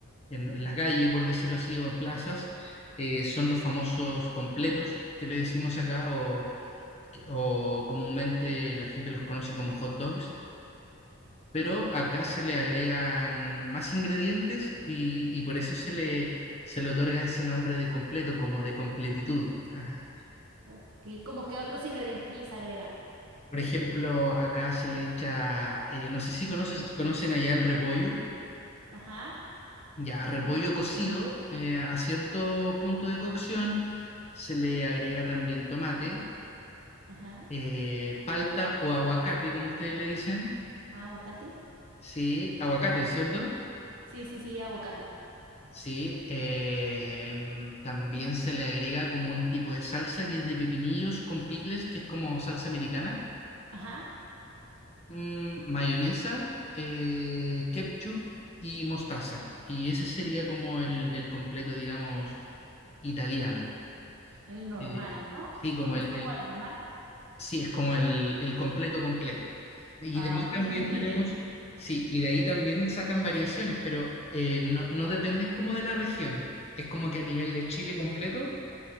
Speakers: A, on the left; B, on the right.
A: en, en las calles, por decirlo así, o en plazas, eh, son los famosos completos que le decimos acá, o, que- o comúnmente la gente los conoce como hot dogs pero acá se le agregan más ingredientes y, y por eso se le, se le otorga ese nombre de completo, como de completitud. Ah.
B: Ok, como que otros ingredientes les agregan.
A: Por ejemplo, acá se le echa, eh, no sé si conoces, conocen allá el repollo,
B: Ajá,
A: ya repollo cocido, eh, a cierto punto de cocción se le agrega también tomate,
B: ajá.
A: eh, palta o aguacate, como ustedes le dicen.
B: Ah, Aguacate.
A: Sí, aguacate, ¿cierto?
B: Sí, sí, sí, aguacate.
A: Sí, eh, mm, también se le agrega como un tipo de salsa que es de pepinillos con picles, que es como salsa americana,
B: Ajá,
A: Mm, mayonesa, eh, ketchup y mostaza. Y ese sería como el, el completo, digamos, italiano.
B: el normal,
A: Eh,
B: ¿no?
A: sí, como
B: Es
A: el,
B: como
A: el-
B: el normal.
A: sí, es como el, el completo completo. Y
B: Ah,
A: de ahí
B: ok.
A: también
B: <laughs>
A: tenemos, sí, y de ahí también sacan variaciones, pero eh, no, no dependen como de la región. Es como que a nivel de Chile completo.